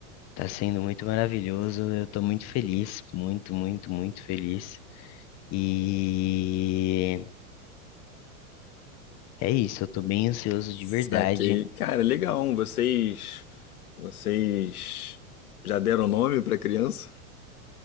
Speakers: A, on the left; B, on the left.
A: tá sendo muito maravilhoso, eu tô muito feliz, muito, muito, muito feliz. E é isso, eu tô bem ansioso
B: Saquei.
A: de verdade.
B: Cara, legal. Vocês, vocês já deram nome pra criança?